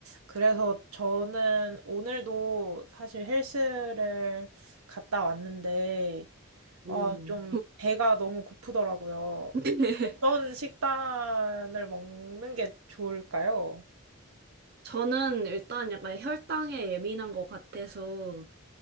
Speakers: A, on the right; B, on the right.
A: 그래서 저는 오늘도 사실 헬스를 갔다 왔는데, 아,
B: 음.
A: 좀 배가 너무 고프더라고요.
B: <laughs>
A: 어떤 식단을 먹는 게 좋을까요?
B: 저는 일단 약간 혈당에 예민한 것 같아서